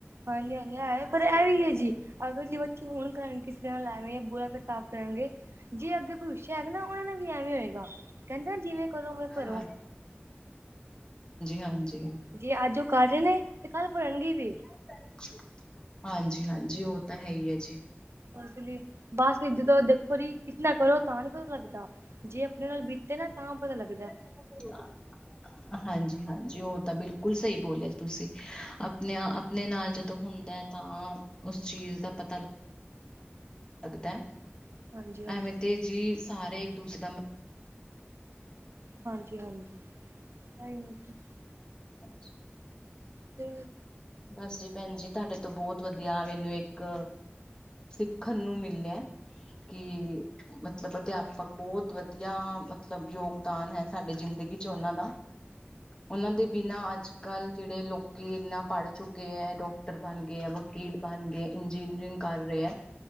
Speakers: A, on the right (about 80°); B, on the left (about 20°).
A: ਹਾਂਜੀ-ਹਾਂਜੀ, ਆਏ? ਪਰ ਐ ਆਏ ਈ ਏ ਜੀ। ਅਗਰ <unintelligible> ਕਿਸੇ ਨਾਲ ਐਵੇਂ ਜਾਂ ਬੁਰਾ ਬ੍ਰਤਾਵ ਕਰਾਂਗੇ। ਜੇ ਅੱਗੇ ਭਵੀਛਿਆ ਆਏਗਾ ਨਾਂ, ਓਨਾਂ ਨਾਂ ਵੀ ਐਵੇਂ ਹੋਏਗਾ। ਕੈਂਦੇ ਜਿਵੇਂ ਕਰੋ ਉਵੇਂ
B: ਹਾਂ,
A: ਭਰੋ
B: ਹਾਂਜੀ-ਹਾਂਜੀ।
A: ਜੇ ਅੱਜ ਓ ਕਰ ਰੇ ਨੇਂ ਤੇ ਕੱਲ ਭਰਨਗੇ ਵੀ ਓਈ।
B: <unintelligible> ਹਾਂਜੀ-ਹਾਂਜੀ, ਓ ਤਾਂ ਹੈ ਈ ਆ ਜੀ।
A: ਬਸ ਲੀ, ਬਸ ਵੀ ਜਦੋਂ ਦੇਖੋ ਜੀ ਕਿਸ ਨਾ ਕਰੋ ਤਾਂ ਨੀਂ ਪਤਾ ਲੱਗਦਾ। ਜੇ ਆਪਣੇ ਨਾਲ ਬੀਤੇ ਨਾਂ ਤਾਂ ਪਤਾ ਲੱਗਦਾ।
B: <inaudible> ਹਾਂਜੀ-ਹਾਂਜੀ ਓ ਤਾਂ ਬਿਲਕੁਲ ਸਈ ਬੋਲਿਆ ਜੀ ਤੁਸੀਂ। ਆਪਣਾ ਅਪ ਆਪਣੇ ਨਾਲ ਜਦੋਂ ਹੁੰਦਾ ਤਾਂ ਓਸ ਚੀਜ਼ ਦਾ ਪਤਾ ਲੱ ਗਦਾ ਐ,
A: ਹਾਂਜੀ ਹਾਂਜੀ
B: ਐਵੇਂ ਤੇ ਜੀ ਸਾਰੇ ਇੱਕ ਦੂਸਰੇ ਦਾ ਮ
A: ਹਾਂਜੀ-ਹਾਂਜੀ। <unintelligible>
B: ਹਾਂਜੀ।
A: ਤੇ
B: ਬਸ ਜੀ, ਭੈਣ ਜੀ, ਤਾਡੇ ਤੇ ਬੋਤ ਵਧੀਆ ਮੈਨੂੰ ਇੱਕ ਸਿੱਖਣ ਨੂੰ ਮਿਲਿਆ। ਕਿ ਮਤਲਬ ਅਧਿਆਪਕ ਬੋਤ ਵਧੀਆ, ਮਤਲਬ ਯੋਗਦਾਨ ਹੈ ਸਾਡੇ ਜ਼ਿੰਦਗੀ ਚ ਓਨਾਂ ਦਾ। ਓਨਾਂ ਦੇ ਬਿਨਾਂ ਅੱਜ-ਕਲ ਜੇੜੇ ਲੋਕੀ ਇਨ੍ਹਾਂ ਪੜ੍ਹ ਚੁੱਕੇ ਏ, ਡਾਕਟਰ ਬਣ ਗਏ ਏ ਵ ਵਕੀਲ ਬਣ ਗਏ ਇੰਜੀਨੀਅਰਿੰਗ ਕਰ ਰੇ ਐ,